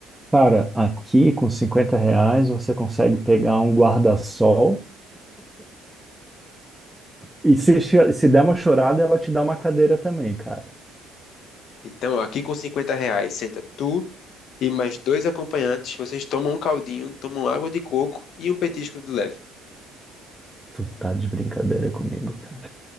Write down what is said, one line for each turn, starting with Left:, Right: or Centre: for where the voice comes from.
Centre: Cara, aqui com 50 reais você consegue pegar um guarda-sol e se, cho- se der uma chorada, ela te dá uma cadeira também, cara.
Left: Então, ó, aqui com 50 reais, senta tu e mais dois acompanhantes, vocês tomam um caldinho, tomam água de coco e um petisco de leve.
Centre: Tu tá de brincadeira comigo, cara.